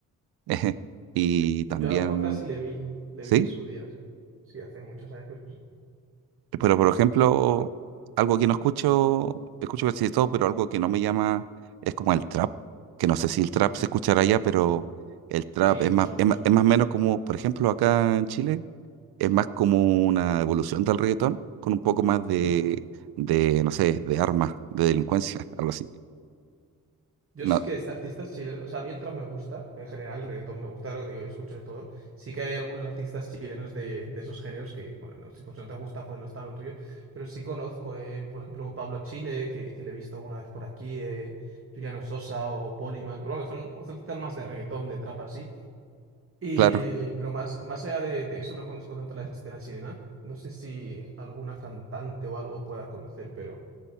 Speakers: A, on the right (about 75°); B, on the right (about 35°).
A: <laughs> Y también,
B: Yo a Porta sí le vi, le
A: sí,
B: vi en su día, sí. Sí, hace muchos años. que-
A: pero por ejemplo, algo que no escucho, escucho casi de todo, pero algo que no me llama es como el trap, que no sé si el trap
B: Hmm,
A: se escuchará allá, pero el trap
B: Sí,
A: es
B: mucho,
A: más, es
B: mucho.
A: más, es más o menos como, por ejemplo, acá en Chile, es más como una evolución del reggaetón, con un poco más de,
B: Hmm.
A: de no sé, de armas, de delincuencia, <laughs> algo así.
B: Yo
A: No,
B: sí que es artistas chilenos, o sea, a mí el trap me gusta, en general el reggaetón me gusta, lo que yo escucho de todo. Sí que hay algunos artistas chilenos de, de esos géneros que, bueno, no, si pues no te gusta, pues no está en lo tuyo, pero sí conozco, eh, por ejemplo, Pablo Chile, que, que le he visto alguna vez por aquí, eh, Juliano Sosa o Polymac, bueno, son artistas más de reggaetón, de trap así. Y,
A: claro.
B: pero más, más allá de, de eso, no conozco tanto la escena chilena. No sé si alguna cantante o algo pueda conocer, pero,